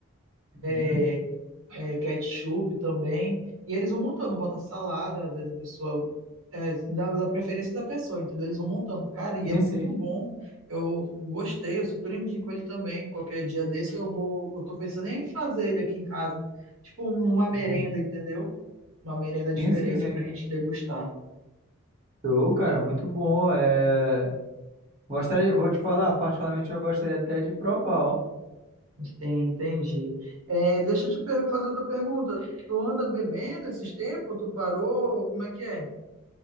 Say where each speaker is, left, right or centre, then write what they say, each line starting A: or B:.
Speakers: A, on the right; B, on the right.
A: Uhum.
B: é, é, ketchup também. E eles vão montando, bota salada, às vezes a pessoa. É, da, da preferência da pessoa, entendeu? Eles vão montando, cara, e
A: Sim,
B: é muito
A: sim.
B: bom. Eu gostei, eu super indico ele também. Qualquer dia desse eu vou. Eu tô pensando em fazer ele aqui em casa. Tipo, numa merenda,
A: Uhum.
B: entendeu? Uma merenda diferente
A: Sim, sim, sim.
B: pra gente degustar.
A: Show, cara, muito bom. É... Gostaria, vou te falar, particularmente eu gostaria até de provar, ó.
B: Sim, entendi. É, deixa eu te per- fazer outra pergunta. Tu anda bebendo esses tempos? Tu parou? Como é que é?